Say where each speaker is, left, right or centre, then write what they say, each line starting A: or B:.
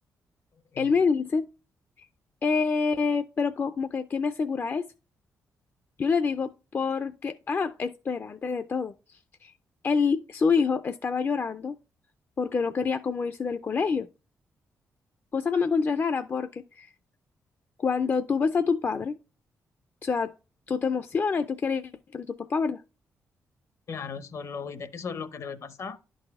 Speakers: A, on the left; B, on the left.
A: ok,
B: Él me dice, eh, pero co- como que, ¿qué me asegura eso? Yo le digo, porque, ah, espera, antes de todo, él, su hijo estaba llorando porque no quería como irse del colegio, cosa que me encontré rara porque cuando tú ves a tu padre, o sea, tú te emocionas y tú quieres ir con tu papá, ¿verdad?
A: claro, eso es lo, ide- eso es lo que debe pasar.